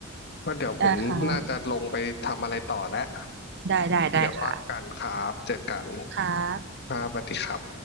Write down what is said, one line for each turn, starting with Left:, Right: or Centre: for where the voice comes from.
Left: ก็เดี๋ยวผมน่าจะลงไปทำอะไรต่อแล้ว
Right: ได้ครับได้ได้ได้ค่ะ
Left: เดี๋ยวว่ากันครับเจอกัน
Right: ครับ
Left: ครับสวัสดีครับ